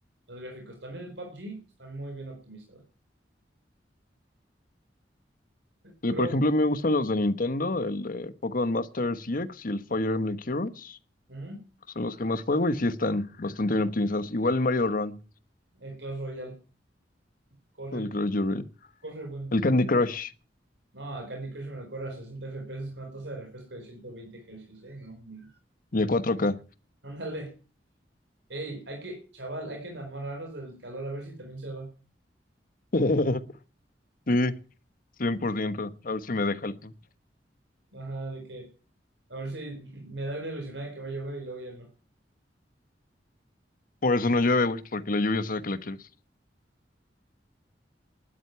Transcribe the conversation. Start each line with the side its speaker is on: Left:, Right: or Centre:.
Right: los gráficos. También el PUBG está muy bien optimizado,
Left: Sí,
Right: pero
Left: por ejemplo, me gustan los de Nintendo, el de Pokémon Master CX y el Fire Emblem Heroes,
Right: ujú,
Left: que son los que más juego y sí están bastante bien optimizados. Igual el Mario Run.
Right: el Clash Royale corre,
Left: El Crush Your-
Right: corre bueno.
Left: El Candy Crush.
Right: No, a Candy Crush me lo corre a 60 FPS con una tasa de refresco de 120 Hz, ¿eh? No, hombre.
Left: Y a 4K.
Right: Ándale. Ey, hay que, chaval, hay que enamorarnos del calor a ver si también se va.
Left: <laughs> Sí, 100%. A ver si me deja el pin.
Right: Ajá, de que, a ver si me da una ilusionada de que va a llover y luego ya no.
Left: Por eso no llueve, güey, porque la lluvia sabe que la quieres.